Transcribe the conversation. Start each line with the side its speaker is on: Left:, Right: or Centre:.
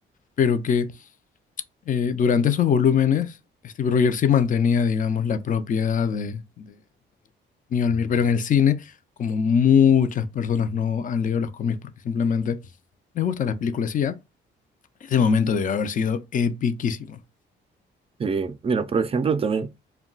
Left: pero que eh, durante esos volúmenes Steve Rogers sí mantenía, digamos, la propiedad de, de Mjolnir, pero en el cine, como muchas personas no han leído los cómics porque simplemente les gustan las películas y ya, ese momento debe haber sido epiquísimo.
Right: Sí, mira, por ejemplo, también